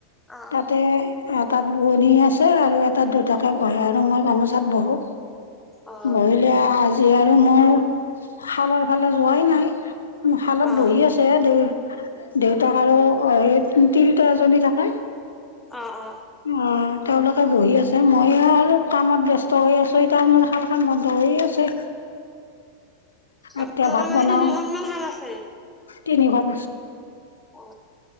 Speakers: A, in the centre; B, on the left.
A: অ
B: তাতে তাত বোৱনি আছে আৰু এটাত দুটাকে বহে আৰু মই গামোচাত বহো।
A: অ
B: বহিলে আজি আৰু মোৰ শালৰ ফালে যোৱাই নাই শালত
A: অ
B: বহি আছে দে দেউতাক আৰু সেই তিৰোতা এজনী থাকে।
A: অ অ
B: অ',। তেওঁলোকে বহি আছে। মই আৰু কামত ব্যস্ত হৈ আছো এতিয়া মোৰ শালখন বন্ধ হৈে আছে।
A: আপোনালোকৰ
B: এতিয়া ভাত
A: মানে
B: বনাও
A: তিনিখনমান শাল আছে?
B: তিনিখন
A: অ',